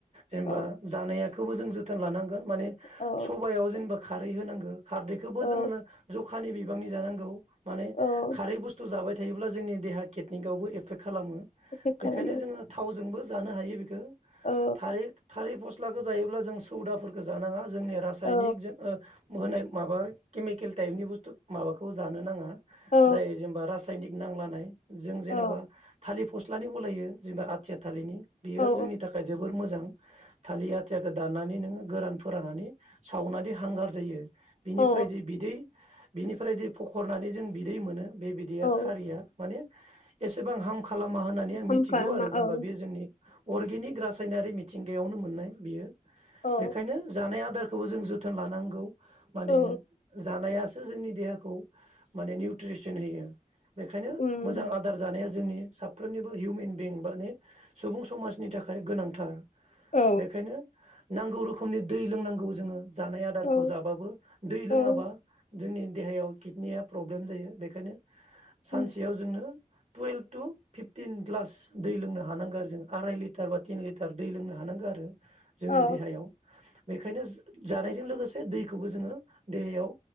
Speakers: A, on the right (about 50°); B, on the left (about 60°).
A: जेनेबा
B: औ
A: जानाया खौबो जों जोथोन लानां माने
B: औ
A: सबायाव जेनेबा खारै होनांगो। खारदैखौबो
B: औ
A: जोंनो जख खानि बिबांनि जानांगौ। माने
B: औ
A: खारै बुस्थु जाबाय थायोब्ला जोंनि देहा किटनिकावबो एफेक्ट खालामो। बेखायनो
B: एफेक्ट खालामो
A: जोङो थावजोंबो जानो हायो बिखो।
B: औ
A: थालिद थालि बस फसलाखो जायोब्ला जों सौदाफोरखौ जानाङा। जोंनि रासायनिकजों
B: औ
A: ओ होनाय माबा केमिकेल टाइपनि बुस्थु माबाखौ जानो नाङा।
B: औ
A: जाय जेनेबा रासायनिक नांलानाय। जों जेनोबा
B: औ
A: थालि फस्लानि बलायो जेनेबा आथिया थालिनि। बियो
B: औ
A: जोंनि थाखाय जोबोर मोजां। थालिर आथियाखौ दाननानै नोङो गोरान फोराननानै सावनादि हांगार जायो। बिनिफ्राय
B: औ
A: जे बिदै बिनिफ्राय दै फखरनानै जों बिदै मोनो बेबायदिया
B: औ
A: खारिया माने एसेबां हामखा मा होननानै आं मिथिगौ
B: हार्म खालामा
A: आरो जेनेबा
B: औ
A: बे जोंनि अर्गेनिक रासायनारि मिथिंगायावनो मोननाय बियो।
B: औ
A: बेखायनो जानाय आदार खौबो जों जोथोन लानांगौ। माने
B: औ
A: जानाय जोंनि देहाखौ माने निउट्रिसन होयो। बेखायनो
B: उम
A: मोजां आदार जानाया जोंनि साफ्रोमनिबो हिउमेन बिं माने सुबुं समाजनि थाखाय गोनांथार।
B: औ
A: बेखायनो नांगौ रोखोमनि दै लोंनांगौ जोङो। जानाय आदारखौ
B: औ
A: जाबाबो दै
B: औ
A: लोङाबा जोंनि देहायाव किडनिया प्रब्लेम जायो बेखायनो सानसेयाव
B: उम
A: जोंनो टुएलभ टु फिफटिन ग्लास दै लोंनो हानांगो आरो जों आराय लिटार बा तिन लिटार दै लोंनो हानांगो आरो। जोंनि
B: औ
A: देहायाव बेखायनो जो जानायजों लोगोसे दैखौबो जोङो देहायाव